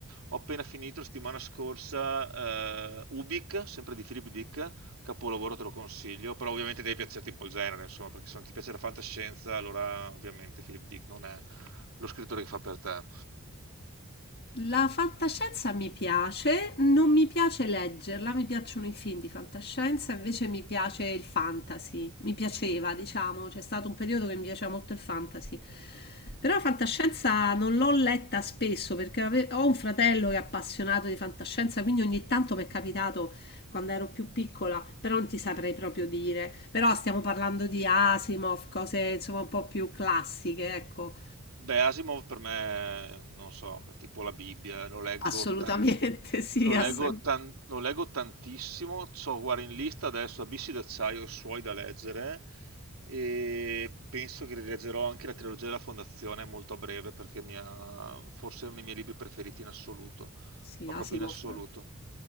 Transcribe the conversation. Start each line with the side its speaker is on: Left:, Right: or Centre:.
Right: Ho appena finito la settimana scorsa eh, Ubik, sempre di Philip Dick, capolavoro te lo consiglio, però ovviamente devi piacerti un po' il genere, insomma, perché se non ti piace la fantascienza, allora ovviamente Philip Dick non è lo scrittore che fa per te.
Left: La fantascienza mi piace, non mi piace leggerla, mi piacciono i film di fantascienza, invece mi piace il fantasy, mi piaceva, diciamo, c'è stato un periodo che mi piaceva molto il fantasy. Però la fantascienza non l'ho letta spesso perché ave- ho un fratello che è appassionato di fantascienza, quindi ogni tanto mi è capitato quando ero più piccola, però non ti saprei proprio dire. Però stiamo parlando di Asimov, cose insomma un po' più classiche, ecco.
Right: Beh, Asimov per me, non so, tipo la Bibbia, lo leggo,
Left: Assolutamente
Right: tan-
Left: <laughs> sì,
Right: lo
Left: assolutamente.
Right: leggo tan- lo leggo tantissimo, c'ho guarda in lista adesso Abissi d'acciaio e suoi da leggere e penso che rileggerò anche la trilogia della Fondazione molto a breve perché mi ha- forse è uno dei miei libri preferiti in assoluto,
Left: Sì,
Right: ma
Left: Asimov
Right: proprio in assoluto.